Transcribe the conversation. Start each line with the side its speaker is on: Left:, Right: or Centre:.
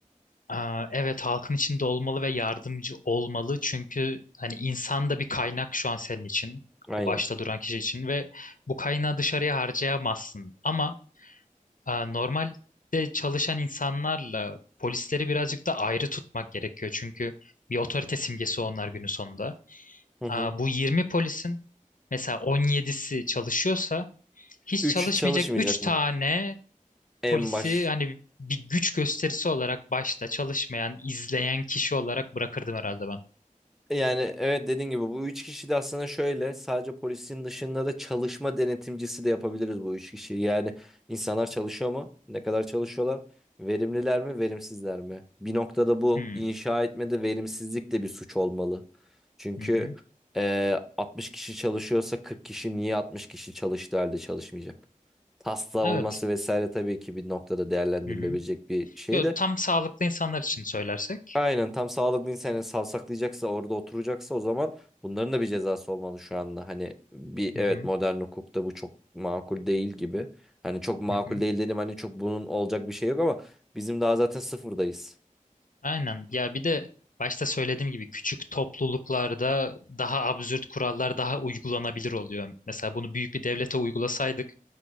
Left: Aa, Evet halkın içinde olmalı ve yardımcı olmalı çünkü hani insan da bir kaynak şu an senin için
Centre: Aynen.
Left: o başta duran kişi için ve bu kaynağı dışarıya harcayamazsın ama aa, normalde çalışan insanlarla polisleri birazcık da ayrı tutmak gerekiyor çünkü bir otorite simgesi onlar günün sonunda.
Centre: Hı hı.
Left: Aa, Bu 20 polisin mesela 17'si çalışıyorsa hiç
Centre: Üç
Left: çalışmayacak
Centre: çalışmayacak
Left: 3 tane
Centre: mı? En
Left: polisi
Centre: baş.
Left: hani bir güç gösterisi olarak başta çalışmayan, izleyen kişi olarak bırakırdım herhalde ben.
Centre: Yani evet dediğin gibi bu üç kişi de aslında şöyle sadece polisin dışında da çalışma denetimcisi de yapabiliriz bu üç kişiyi. Yani insanlar çalışıyor mu? Ne kadar çalışıyorlar? Verimliler mi? Verimsizler mi? Bir noktada bu
Left: Hmm,
Centre: inşa etmede verimsizlik de bir suç olmalı. Çünkü
Left: Hı hı.
Centre: eee, 60 kişi çalışıyorsa 40 kişi niye 60 kişi çalıştığı halde çalışmayacak? Hasta
Left: Evet.
Centre: olması vesaire tabii ki bir noktada değerlendirilebilecek
Left: Hı hı.
Centre: bir şey
Left: Yo,
Centre: de
Left: tam sağlıklı insanlar için söylersek.
Centre: Aynen tam sağlıklı insan yani savsaklayacaksa orada oturacaksa o zaman bunların da bir cezası olmalı şu anda. Hani bir evet
Left: Hı hı.
Centre: modern hukukta bu çok makul değil gibi. Hani çok makul
Left: Hı hı.
Centre: değil dedim hani çok bunun olacak bir şey yok ama bizim daha zaten sıfırdayız.
Left: Aynen. Ya bir de başta söylediğim gibi küçük topluluklarda daha absürt kurallar daha uygulanabilir oluyor. Mesela bunu büyük bir devlete uygulasaydık